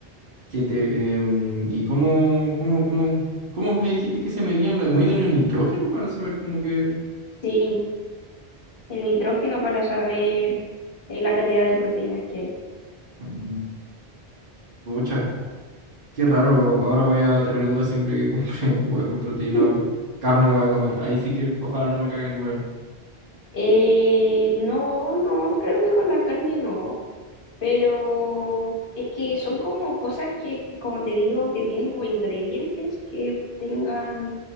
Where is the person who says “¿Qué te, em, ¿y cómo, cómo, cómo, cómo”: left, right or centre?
Right